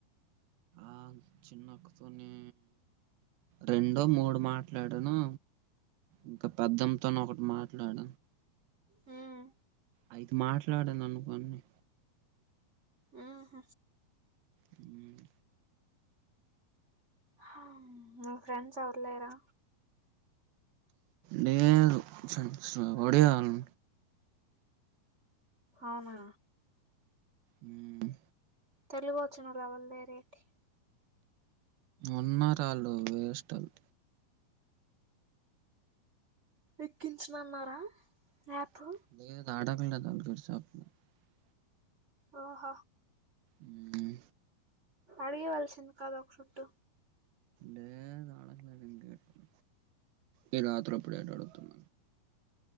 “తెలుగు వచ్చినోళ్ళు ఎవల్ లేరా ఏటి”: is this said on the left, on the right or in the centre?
Right